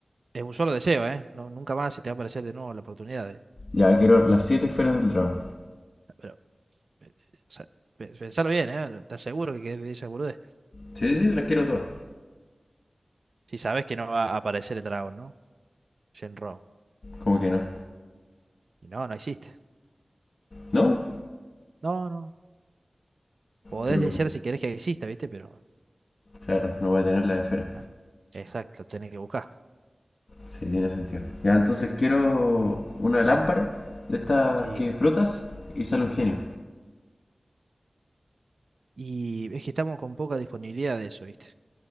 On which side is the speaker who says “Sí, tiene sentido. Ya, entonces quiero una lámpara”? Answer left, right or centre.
Left